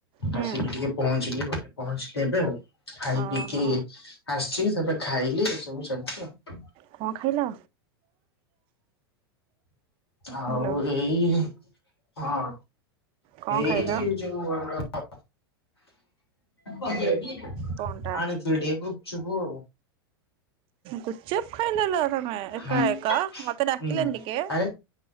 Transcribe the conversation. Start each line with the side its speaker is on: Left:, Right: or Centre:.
Right: ହୁଁ
Left: ଆସିକି ଟିକେ ପହଞ୍ଚିଲି ଘରେ ପହଞ୍ଚିଲି। ଏବେ ଆଉ ଖାଇ
Right: ଓହୋ
Left: ପିକି ଆସିଛି ସେବେ ଖାଇଲି ଏ ସବୁ ସରିଛି ଆଉ
Right: କଣ ଖାଇଲ?
Left: ଆଉ
Right: ହ୍ୟାଲୋ
Left: ଏଇ ହଁ।
Right: କଣ
Left: ଏଇ
Right: ଖାଇଲ?
Left: <inaudible> ଆଣିଥିଲି
Right: କଣଟା
Left: ଟିକେ ଗୁପଚୁପୁ।
Right: ଗୁଚୁପ୍ ଖାଇଦେଲ ତମେ ଏକା
Left: ହଁ
Right: ଏକା ମତେ ଡାକିଲନି
Left: ହୁଁ
Right: ଟିକେ?
Left: ଆରେ